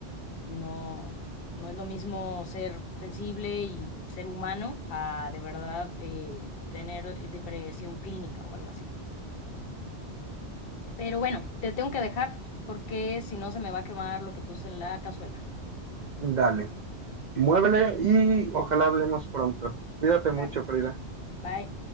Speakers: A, on the left (about 55°); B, on the right (about 55°).
A: No, no es lo mismo ser sensible y ser humano a de verdad eh, tener depresión clínica o algo así. Pero bueno, te tengo que dejar porque si no se me va a quemar lo que puse en la cazuela.
B: <laughs> dale, muévele y ojalá hablemos pronto. Cuídate mucho,
A: Dale,
B: Frida.
A: bye.